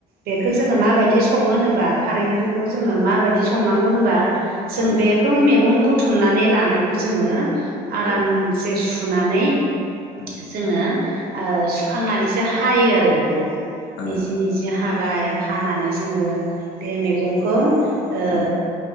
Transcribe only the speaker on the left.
औ
औ
औ
उम
ओ
उम